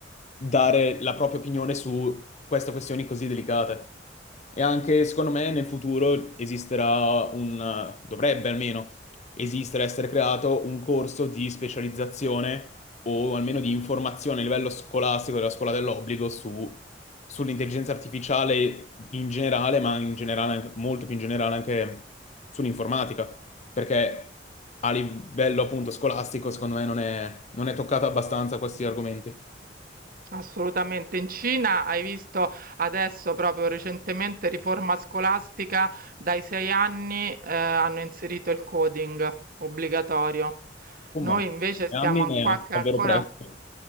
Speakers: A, on the left; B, on the right.
A: dare la propria opinione su queste questioni così delicate. E anche, secondo me, nel futuro esisterà un, dovrebbe almeno esistere, essere creato un corso di specializzazione o almeno di informazione a livello scolastico della scuola dell'obbligo su sull'intelligenza artificiale in generale, ma in generale anche- molto più in generale anche sull'informatica, perché a livello appunto scolastico, secondo me, non è, non è toccata abbastanza questi argomenti.
B: Assolutamente. In Cina hai visto adesso proprio recentemente riforma scolastica, dai 6 anni, eh, hanno inserito il coding obbligatorio.
A: Oh
B: Noi
A: mamma,
B: invece
A: tre
B: stiamo
A: anni
B: an-
A: è
B: qua che
A: davvero
B: ancora,
A: presto.